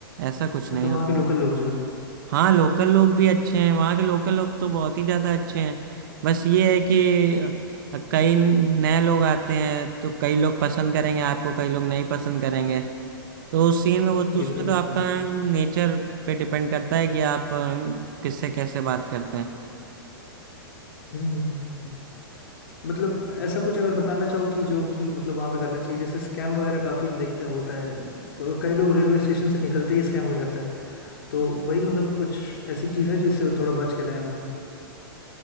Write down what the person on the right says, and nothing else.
ऐसा कुछ
नहीं है
उसमें
हाँ लोकल लोग भी अच्छे हैं वहाँ के लोकल लोग तो बहुत ही ज्यादा अच्छे हैं बस ये है कि अ, कई नए लोग आते हैं तो कई लोग पसंद करेंगे आपको कई लोग नहीं पसंद करेंगे तो उस सीन में
वो तो
उसमें
तो आपका
नेचर पे डिपेंड करता है कि आप अ, किससे कैसे बात करते हैं